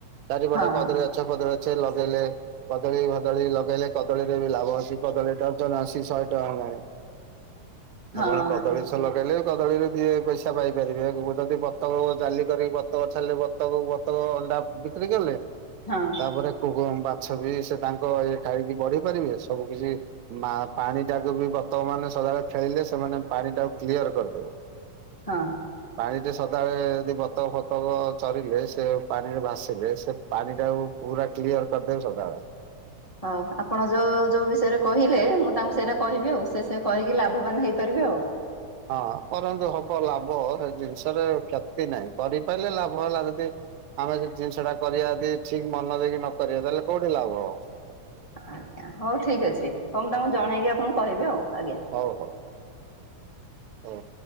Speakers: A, on the right (about 80°); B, on the left (about 20°).
A: ଚାରିପଟେ
B: ହଁ
A: କଦଳୀ। ଗଛ ଫଦଳୀ ଗଛ ବି ଲଗେଇଲେ କଦଳୀ ଭଦଳୀ ଲଗେଇଲେ କଦଳୀରେ ବି ଲାଭ ଅଛି କଦଳୀ ଡଜନ ଆସି ଶହେ ଟଙ୍କା ହେଲାଣି।
B: <inaudible> ହଁ
A: ଆପଣ କଦଳୀ ଗଛ ଲଗେଇଲେ ବି କଦଳୀରୁ ଦି ପଇସା ପାଇପାରିବେ ମୁଁ ଯଦି ବତକ ଜାଲି କରିକି ବତକ ଛାଡ଼ିଲେ ବତକ କୁ ବତକ ଅଣ୍ଡା ବିକ୍ରି କଲେ।
B: ହଁ।
A: ତାପରେ ମାଛ ବି ସେ ତାଙ୍କ ଇଏ ଖାଇକି ବଢି ପାରିବେ ସବୁ କିଛି। ମା ପାଣି ଡାକୁ ବି ବତକ ମାନେ ସଦାବେଳେ ଖେଳିଲେ ସେମାନେ ପାଣି ଟାକୁ କ୍ଲିୟର କରିଦେବେ।
B: ହଁ।
A: ପାଣି ଦିଅ ସଦାବେଳେ। ଦି ବତକ ଫତକ ଚରିଲେ ସେ ପାଣିରେ ଭାସିଲେ ସେ ପାଣି ଟାକୁ ପୁରା କ୍ଲିଅର କରିଦେବି ସଦାବେଳେ।
B: ହଉ ଆପଣ ଯୋଉ ଯୋଉ ବିଷୟରେ କହିଲେ ମୁଁ ତାଙ୍କୁ ସେଇରା କହିବି। ଆଉ ସେ ସେ କହିକି ଲାଭବାନ ହେଇପାରିବେ ଆଉ।
A: ହଁ କରନ୍ତୁ ହବ ଲାଭ ହେ ଜିନିଷରେ କ୍ଷତି ନାହିଁ କରିପାଇଲେ ଲାଭ ହେଲା ଯଦି। ଆମେ ସେ ଜିନିଷଟା କରିୟା ଦି ଠିକ୍ ମନ ଦେଇକି ନକରିୟା ତାହେଲେ କୋଉଠି ଲାଭ ହବ।
B: ଆଜ୍ଞା ହଉ ଠିକ୍ ଅଛି ହଉଂ ତମୁ
A: ହବ।
B: ଜଣେଇକି ଆପଣଙ୍କୁ କହିବି ଆଉ ଆଜ୍ଞା।
A: ହଉ ହଉ। ହଉ।